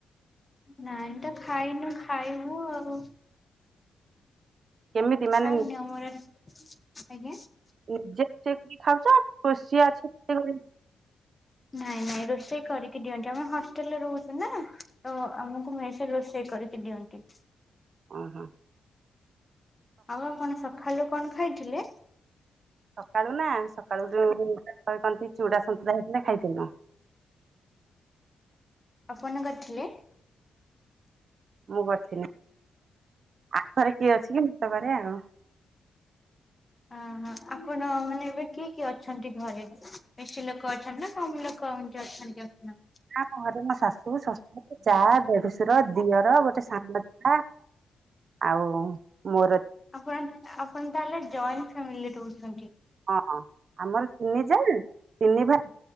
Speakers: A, on the left; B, on the right.
A: ନାଇ ତ ଖାଇନୁ ଖାଇବୁ ଆଉ।
B: କେମିତି ମାନେ
A: ଖାଇନୁ ଆମର ଆଜି ଆଜ୍ଞା।
B: <unintelligible>
A: ନାଇଁ ନାଇଁ ରୋଷେଇ କରିକି ଦିଅନ୍ତି। ଆମେ ହଷ୍ଟେଲରେ ରହୁଛୁ ନା- ତ ଆମକୁ ମେସରେ ରୋଷେଇ କରିକି ଦିଅନ୍ତି।
B: ହଁ ହଁ।
A: ଆଉ ଆପଣ ସଖାଳୁ କଣ ଖାଇଥିଲେ?
B: ସକାଳୁ ନା ସକାଳୁ ଯୋଉ କହନ୍ତି ଚୁଡା ସନ୍ତୁଳା ହେଇଥିଲା ଖାଇଥିଲୁ।
A: ଆପଣ କରିଥିଲେ?
B: ମୁଁ କରିଥିଲି ଆଉଘରେ କିଏ ଅଛି କି ମୁଁ ତ କରେ ଆଉ
A: ଓହୋ ଆପଣ ମାନେ ଏବେ କିଏ କିଏ ଅଛନ୍ତି ଘରେ ବେଶୀ ଲୋକ ଅଛନ୍ତି ନା କମ ଲୋକ ଅଛନ୍ତି ଅଇନା।
B: ଆମ ଘରେ ମୋ ଶାଶୁ ଶଶୁର ଯା ଦେଢଶୁର ଦିଅର ଗୋଟେ ସାନ ଯା ଆଉ ମୋର
A: ଆପଣ ଆପଣ ତାହଲେ ଜଏଣ୍ଟ ଫ୍ୟାମିଲି ରହୁଛନ୍ତି।
B: ହଁ ହଁ ଆମର ତିନି ଯା ତିନି ଭା